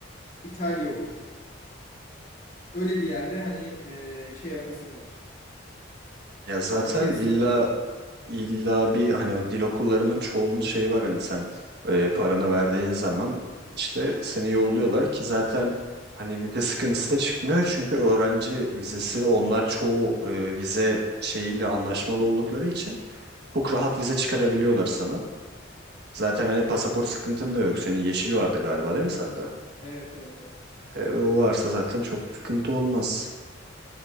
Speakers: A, on the left; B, on the right.
A: İtalya olur. Öyle bir yerde hani eee, şey yapasın var.
B: Ya zaten
A: okuyasın
B: illa
A: var.
B: illa bir hani o dil okullarının çoğunun şeyi var hani sen e, paranı verdiğin zaman işte seni yolluyorlar ki zaten hani vize sıkıntısı da çıkmıyor çünkü öğrenci vizesi onlar çoğu e, vize şeyiyle anlaşmalı oldukları için çok rahat vize çıkarabiliyorlar sana. Zaten hani pasaport sıkıntın da yok. Senin yeşil vardı galiba değil mi sende?
A: Evet evet evet.
B: E, o varsa zaten çok sıkıntı olmaz.